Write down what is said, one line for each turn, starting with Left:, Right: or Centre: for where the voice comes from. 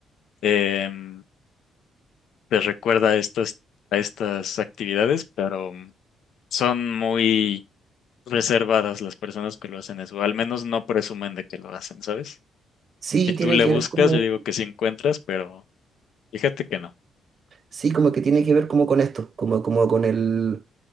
Left: em, les recuerda a estas, a estas actividades, pero son muy reservadas las personas que lo hacen eso, al menos no presumen de que lo hacen, ¿sabes?
Right: Sí,
Left: Si tú
Right: tiene
Left: le
Right: que
Left: buscas,
Right: ver como,
Left: yo digo que sí encuentras, pero fíjate que no,
Right: sí, como que tiene que ver como con esto, como, como con el,